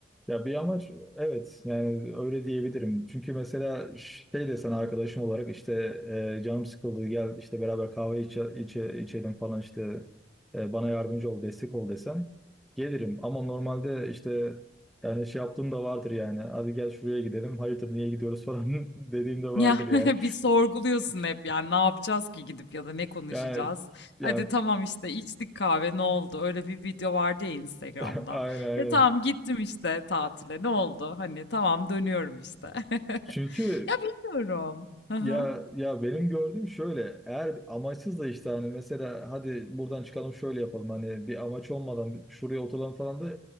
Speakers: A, in the centre; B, on the left.
A: Ya bir amaç evet yani öyle diyebilirim. Çünkü mesela şey desen arkadaşım olarak işte e, canım sıkıldı gel işte beraber kahve içe, içe, içelim falan işte e, bana yardımcı ol destek ol desen gelirim. Ama normalde işte yani şey yaptığım da vardır yani hadi gel şuraya gidelim hayırdır niye gidiyoruz falan <laughs> dediğim de vardır
B: Ya
A: yani.
B: <laughs> bir sorguluyorsun hep
A: <laughs>
B: yani ne yapacağız ki gidip ya da ne konuşacağız?
A: Yani, yani
B: Hadi tamam işte içtik kahve ne oldu? Öyle bir video vardı ya Instagram'da.
A: <laughs> aynen aynen.
B: E tamam gittim işte tatile ne oldu? Hani tamam dönüyorum işte. <laughs>
A: <laughs> Çünkü
B: Ya bilmiyorum. Hı hı.
A: Ya ya benim gördüğüm şöyle eğer amaçsız da işte hani mesela hadi buradan çıkalım şöyle yapalım hani bir amaç olmadan şuraya oturalım falan da